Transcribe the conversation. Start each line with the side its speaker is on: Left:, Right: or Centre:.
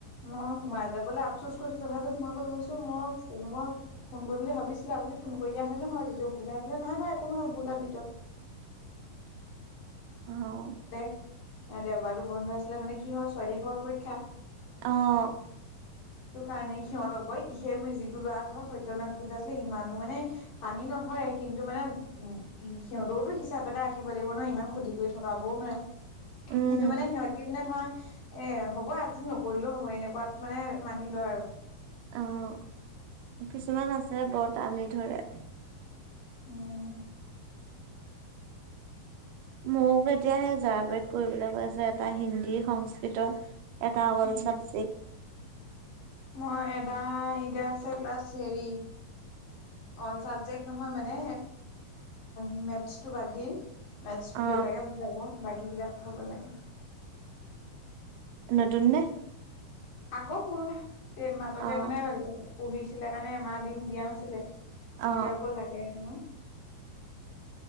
Left: মই সোমাই যাবলৈ আফচোচ কৰিছো তথাপো সোমাবলৈ লৈছোঁ মই মই ফোন কৰিম বুলি ভাবিছিলো আপুনি ফোন কৰি দিয়া হেঁতেনটো হয় যদি অসুবিধা আছিলে, নাই নাই একো হয় বলা ভিতৰত
Right: অ'।
Left: দে দেওবাৰটো বন্ধ আছিলে মানে কি হ'ল ছোৱালী ঘৰৰ পৰীক্ষা।
Right: অ'।
Left: সেইকাৰণে সিহঁতক বই ই সে মোৰ যিটো লৰা ঘৰত সতয়নাৰায়ণ পূজা আছিলে ইমানো মানে পানী ন' ধৰে কিন্তু মানে উ, উ, সিহঁতৰতো হিচাপ এটা ৰাখিব লাগিব নয় ইমান ক্ষতি কৰি থকাবও নোৱাৰে।
Right: উম
Left: কিন্তু মানে সিহঁতি মানে ধৰা এ, হ'ব আজি নকৰিলেও হ'ব এনেকুৱাত মানে মানি লয় আৰু।
Right: অ' কিছুমান আছে বৰ টানি ধৰে।
Left: উম'।
Right: মোক এতিয়া সেই জৰাবাৰত কৰিবলৈ কৈছে এটা হিন্দী সংস্কৃতত এটা হ'ল
Left: উম
Right: চব্জি।
Left: মই এটা এতিয়া আছে ক্লাছ হেৰি অল চাবজেক্ট নহয় মানে <unintelligible> মেথছটো বাদ দি। মেথছটো
Right: অ
Left: দেউতাকে বুজাব, বাকী কিতাপ হ'ব লাগে।
Right: নতুন নে?
Left: আগৰ পুৰণা এই মাজতে
Right: অ
Left: মানে এ, পঢ়িছিলে কাৰণে এমাহ দিন দিয়া নাছিলে। এতিয়া
Right: অ অ
Left: আকৌ লাগে হেনো।